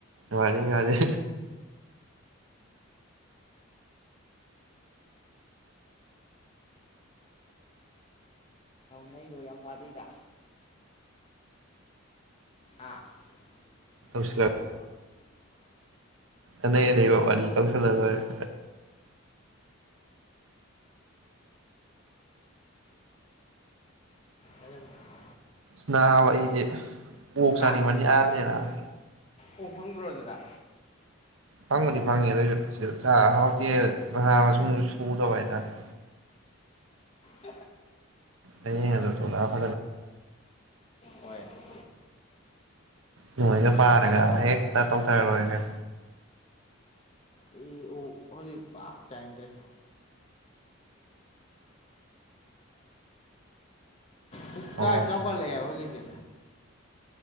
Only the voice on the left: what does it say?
ꯅꯩꯗꯣ ꯌꯥꯝ ꯋꯥꯠꯂꯤꯗ ꯑꯥꯩꯅ
ꯂꯩꯕ꯭ꯔꯣ <inaudible>
ꯑꯗꯨ <inaudible>
ꯍꯥ
ꯑꯣꯛ ꯐꯪꯗ꯭ꯔꯣ ꯑꯗꯨꯗ
ꯎꯝ
ꯍꯣꯏ <inaudible>
<inaudible>
ꯑꯩ ꯑꯣꯛ ꯍꯧꯖꯤꯛ ꯄꯥꯛ ꯆꯥꯅꯤꯡꯗ꯭ꯔꯦ <inaudible>
ꯀꯥꯏ ꯆꯥꯎꯈꯠꯂꯛꯑꯦꯕ ꯍꯧꯖꯤꯛꯇꯤ